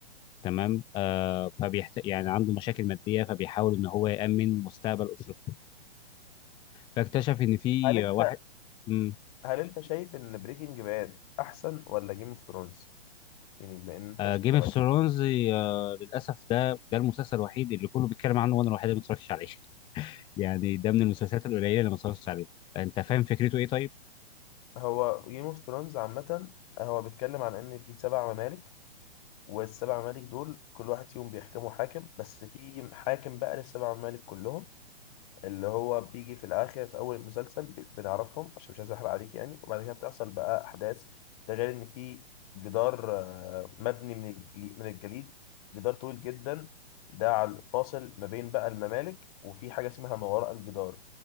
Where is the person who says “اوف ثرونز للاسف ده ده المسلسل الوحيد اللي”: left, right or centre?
Left